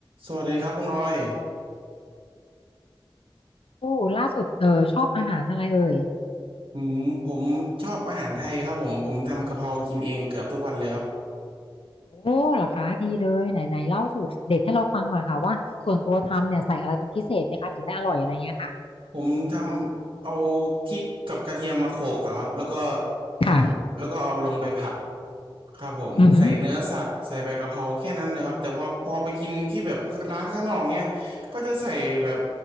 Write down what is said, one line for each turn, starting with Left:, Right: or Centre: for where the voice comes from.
Right: สวัสดีครับคุณออย
Left: โอ้ล่าสุดเออชอบอาหารอะไรเอ่ย
Right: อืมผมชอบอาหารไทยครับผมผมทำกะเพรากินเองเกือบทุกวันเลยครับ
Left: โอ้เหรอคะดีเลยไหนไหนเล่าสูตรเด็ดให้เราฟังหน่อยค่ะว่าส่วนตัวทำเนี่ยใส่อะไรเป็นพิเศษไหมคะถึงได้อร่อยอะไรเงี้ยค่ะ
Right: ผมทำเอาพริกกับกระเทียมมาโขลกอะครับแล้วก็ทำแล้วก็เอาลงไปผัด
Left: ค่ะ
Right: ครับผมใส่เนื้อสัตว์ใส่ใบกะเพราแค่นั้นเลยครับแต่พอพอไปกินที่แบบร้านข้างนอกเนี้ยก็จะใส่แบบ
Left: อือหือ